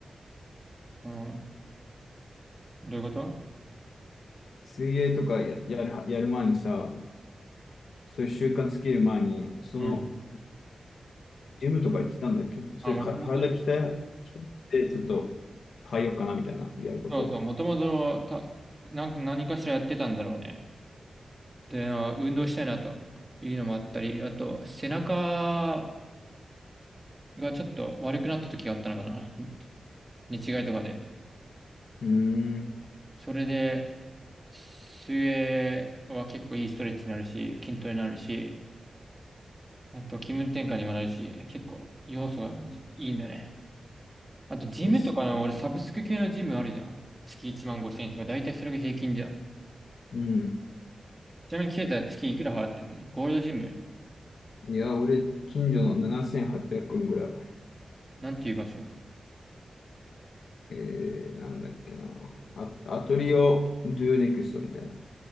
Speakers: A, on the right; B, on the left.
A: うん。どういうこと
B: 水泳とかや、やるは、やる前にさ、そういう習慣つける前に、その、
A: うん。
B: ジムとか行ってたんだっけなそれか、
A: あ、もともと
B: 体鍛え、鍛えて、ちょっと変えようかなみたいな、やること。
A: そうそう、もともとた、なん、何かしらやってたんだろうね。で、あ運動したいなというのもあったり、あと、背中がちょっと悪くなった時があったのかな。寝違いとかで。
B: うーん。
A: それで、水泳は結構いいストレッチになるし、筋トレになるし、あと気分転換にもなるし、結構要素がいいんだね。あと、ジムとかの、
B: です。
A: 俺サブスク系のジムあるじゃん。月1万5千円とか、だいたいそれが平均じゃん。
B: うん。
A: ちなみに、ケイタは月いくら払ってるゴールドジム
B: いや、俺、近所の7800円ぐらい。
A: なんていう場所
B: えー、なんだっけな。あ、アトリオ・ドゥ・ネクストみたいな。